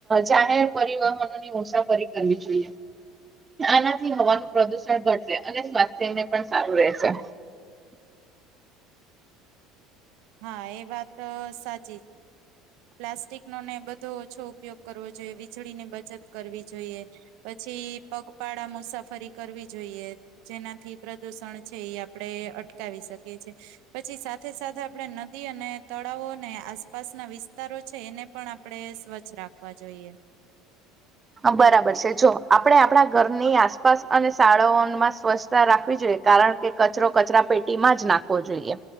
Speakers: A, on the right (about 25°); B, on the right (about 70°).
A: જાહેર પરિવહનો ની મુસાફરી કરવી જોઈએ આનાથી હવાનું પ્રદુષણ ઘટશે અને સ્વાસ્થ્યને પણ સારું રહેશે
B: હા એ વાત સાચ પ્લાસ્ટિક નો ને બધો ઓછો ઉપયોગ કરવો જોઈએ વીજળી ની બચત કરવી જોઈએ પછી પગપાળા મુસાફરી કરવી જોઈએ જેનાથી પ્રદુષણ છે એ આપડે અટકાવી શકીએ છીએ પછી સાથે સાથે આપણે નદી અને તળાવો અને આસપાસના વિસ્તારો છે એને પણ આપણે સ્વચ્છ રાખવા જોઈએ
A: બરાબર છે જો આપણે આપણા ઘરની આસપાસ અને શાળાઓમાં સ્વચ્છતા રાખવી જોઈએ કારણ કે કચરો કચરા પેટીમાં જ નાખવો જોઈએ